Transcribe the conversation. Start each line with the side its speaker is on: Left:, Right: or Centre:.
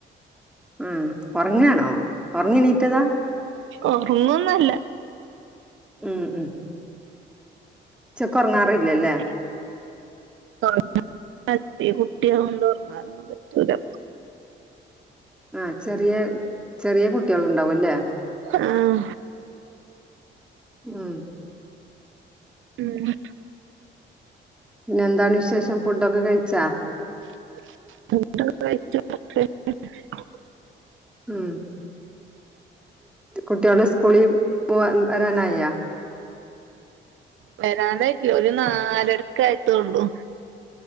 Centre: ഉം ഉറങ്ങാണോ ഉറങ്ങണീറ്റതാ
Right: ഉറങ്ങൊന്നല്ല
Centre: ഉം ഉം ഉച്ചക്ക് ഒറങ്ങാറില്ലല്ലേ
Right: <inaudible> <unintelligible> കുട്ടിഅവോണ്ട് ഉറങ്ങാനൊന്നും പറ്റൂല
Centre: ആ ചെറിയ ചെറിയ കുട്ടികൾ ഉണ്ടാവും ല്ലേ
Right: ആ
Centre: ഉം
Right: ഉം
Centre: പിന്നെ എന്താണ് വിശേഷം ഫുഡൊക്കെ കഴിച്ചാ
Right: <unintelligible>
Centre: ഉം കുട്ടികള് സ്കൂളിൽ പോവാ വരാനായാ
Right: വരാനായിട്ടില്ല ഒരു നാലരക്ക എത്തൊള്ളൂ